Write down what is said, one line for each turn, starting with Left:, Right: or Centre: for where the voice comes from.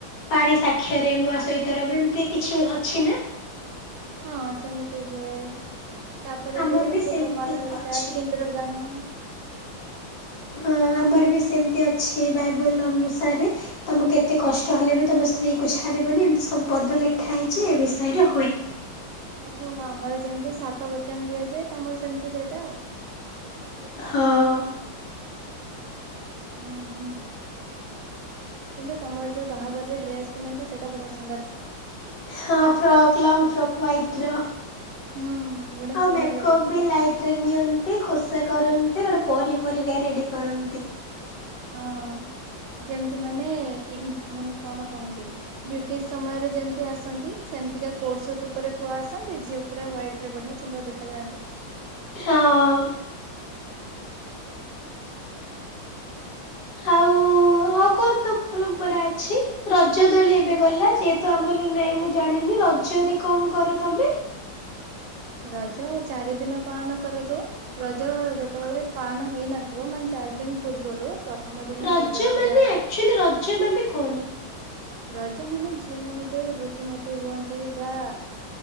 Left: ପାଣି ସାକ୍ଷରେ ମୁଁ ଆ ସହିତ ରହିବି ଏମିତି କିଛି ଅଛି ନା?
Right: ହଁ ସେମିତି ହୁଏ। ତାପରେ
Left: ଆମର
Right: ଯୋଉ
Left: ବି
Right: ଫୁଲମାଳ
Left: ସେମିତି
Right: ହେରିକା,
Left: ଅଛି।
Right: ସିନ୍ଦୁରଦାନ।
Left: ହଁ ଆମର ବି ସେମିତି ଅଛି ବାଇବଲ ଅନୁସାରେ ତମେ କେତେ କଷ୍ଟ ହେଲେ ବି ତମେ ସ୍ତ୍ରୀ କୁ ଛାଡିବନି ଏମିତି ସବୁ ପଦ ଲେଖା ହେଇଛି ଏ ବିଷୟରେ ହୁଏ।
Right: ଓହୋ ଆମର ଯେମିତି ସାତ ବଚନ ଦିଆଯାଏ ତମର ସେମିତି ସେଇଟା ଆଉ।
Left: ହଁ।
Right: ହୁଁ ହୁଁ। କିନ୍ତୁ ତମର ଯୋଉ ବାହାଘର ଡ୍ରେସ ପିନ୍ଧନ୍ତି ସେଟା ବଢିଆ ସୁନ୍ଦର ଥାଏ।
Left: ହଁ ଫ୍ରକ୍ ଲଙ୍ଗ ସବୁ ୱାଇଟ୍ ର।
Right: ହୁଁ। ବଢିଆ
Left: ଆଉ
Right: ସୁନ୍ଦର
Left: ମେକପ
Right: ଲାଗେ ସେଇଟା।
Left: ବି ଲାଇଟ୍ ତ୍ରୀନିଅନ୍ତି, ଖୋସା କରନ୍ତି ଗୋଟେ ପରି ପରିକା ରେଡି କରନ୍ତି।
Right: ହଁ ଯେମିତି ମାନେ ଇଙ୍ଗ ମାନେ କଣ କହନ୍ତି? ବ୍ରିଟିଶ ସମୟରେ ଯେମିତି ଆସନ୍ତି ସେମିତିକା କୋଟ ସୁଟ ଉପରେ ପୁଅ ଆସନ୍ତି। ଝିଅ ପୁରା ହ୍ୱାଇଟ ରେ ବଢିଆ ସୁନ୍ଦର ଦେଖାଯାନ୍ତି।
Left: ହଁ। ଆଉ ହଉ କୁହନ୍ତୁ ପରମ୍ପରା ଅଛି। ରଜ ଦୋଳି ଏବେ ଗଲା ଯେହେତୁ ଆମର ନାଇଁ ମୁଁ ଜାଣିନି ରଜରେ କଣ କର ତମେ?
Right: ରଜ ଚାରି ଦିନ ପାଳନ କରାଯାଏ। ରଜ ଯେତେବେଳେ ପାଳନ ହେଇନଥିବ ମାନେ ଚାରି ଦିନ ପୂର୍ବରୁ ପ୍ରଥମ ଦିନ
Left: ରଜ
Right: ସଜବାଜ
Left: ମାନେ ଆକ୍ଚୁଆଲି ରଜ ମାନେ କଣ?
Right: ରଜ ମାନେ ଝିଅ ମାନେ ଯୋଉ ଋତୁମତୀ ହୁଅନ୍ତି ବା